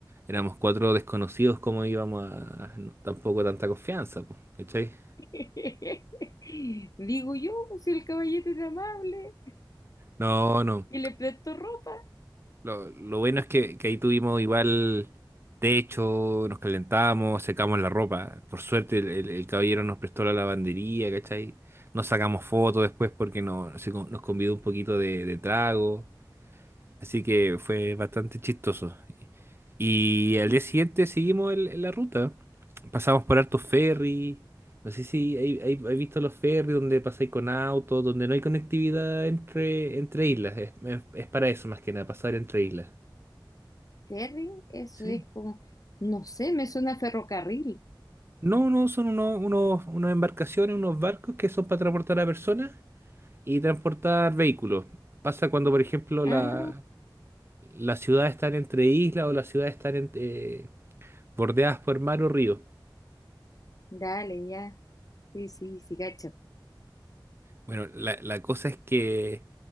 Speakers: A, on the right; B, on the left.
A: éramos cuatro desconocidos, ¿cómo íbamos a no, tampoco tanta confianza, pues, ¿cachai?
B: <laughs> Digo yo, pues, si el caballete era amable
A: No, no.
B: y le prestó ropa.
A: Lo, lo bueno es que, que ahí tuvimos igual techo, nos calentamos, secamos la ropa. Por suerte el, el- el caballero nos prestó la lavandería, ¿cachai? Nos sacamos fotos después porque no, se con- nos convidó un poquito de, de trago. Así que fue bastante chistoso. Y al día siguiente seguimos el- la ruta. Pasamos por hartos ferries. No sé si hay, hay- hay visto los ferries donde pasáis con autos, donde no hay conectividad entre, entre islas. Es, es- es para eso más que nada, pasar entre islas.
B: Ferry, eso
A: Sí.
B: es como, no sé, me suena a ferrocarril.
A: No, no, son unos, unos- unas embarcaciones, unos barcos que son para transportar a personas y transportar vehículos. Pasa cuando, por ejemplo,
B: Ah,
A: la, las ciudades están entre islas o las ciudades están en- eh, bordeadas por mar o río.
B: dale, ya. Sí, sí, sí, gacho.
A: Bueno, la, la cosa es que